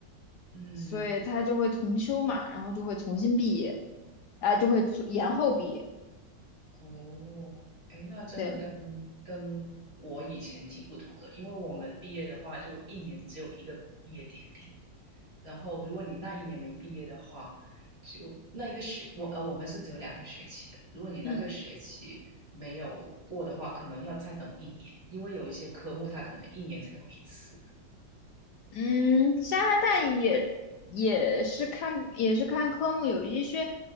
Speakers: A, on the right; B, on the left.
A: 嗯，
B: 所以他就会重修嘛，然后就会重新毕业，啊，就会从延后毕业。
A: 哦，哎，那真的跟跟我以前挺不同的，
B: 对，
A: 因为我们毕业的话，就一年只有一个毕业典礼，然后如果你那一年没毕业的话，就那一个学，我呃，我们是只有两个学期的，如果你那个学期没有过的话，
B: 嗯
A: 可能要再等一年，因为有一些科目它可能一年才有一次。
B: 嗯，加拿大也也是看也是看科目，有一些